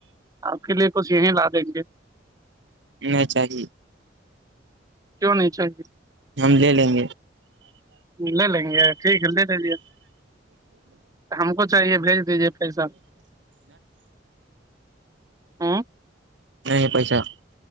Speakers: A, on the right; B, on the right.
A: آپ کے لیے کچھ یہی لا دیں گے
B: نہیں چاہیے
A: کیوں نہیں چاہیے
B: ہم لے لیں گے
A: لے لیں گے ٹھیک ہے لے لجے ہم کو چاہیے بھیج دیجیے پیسہ <inaudible> ہوں
B: نہیں پیسہ